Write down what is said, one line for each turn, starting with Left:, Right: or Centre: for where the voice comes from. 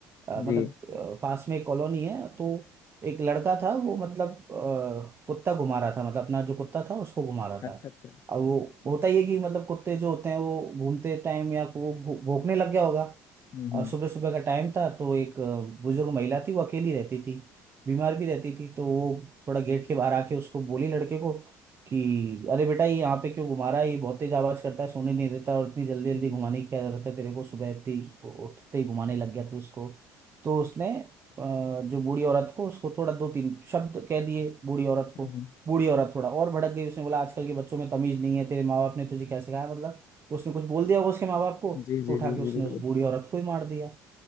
Right: अ, मतलब
Left: जी
Right: अ, पास में एक कॉलोनी है तो एक लड़का था वो मतलब अ, कुत्ता घुमा रहा था मतलब अपना जो कुत्ता था उसको घुमा रहा
Left: अच्छा
Right: था
Left: अच्छा
Right: अब वो होता ही है कि मतलब कुत्ते जो होते हैं वो घूमते टाइम या वो भौ- भौंकने लग गया होगा
Left: हम्म
Right: और
Left: हम्म
Right: सुबह सुबह का टाइम था तो एक अ, बुजुर्ग महिला थी वो अकेली रहती थी बीमार भी रहती थी तो वो थोड़ा गेट के बाहर आके उसको बोली लड़के को कि अरे बेटा ये यहाँ पे क्यों घुमा रहा है ये बहुत तेज आवाज करता है सोने नहीं देता और इतनी जल्दी जल्दी
Left: हम्म
Right: घुमाने की क्या जरूरत है तेरे को सुबह इतनी उठते ही घुमाने लग गया था उसको तो उसने अ, जो बूढ़ी औरत को उसको थोड़ा दो तीन शब्द कह दिए बूढ़ी औरत
Left: हम्म,
Right: को
Left: हम्म,
Right: बूढ़ी औरत थोड़ा और भड़क गई उसने बोला आजकल के बच्चों में तमीज नहीं है तेरे माँ बाप ने तुझे क्या सिखाया मतलब उसने कुछ बोल दिया होगा उसके माँ बाप को
Left: जी
Right: तो
Left: जी
Right: उठा
Left: जी
Right: के उसने
Left: जी बिल्कुल
Right: उस बूढ़ी औरत को ही मार दिया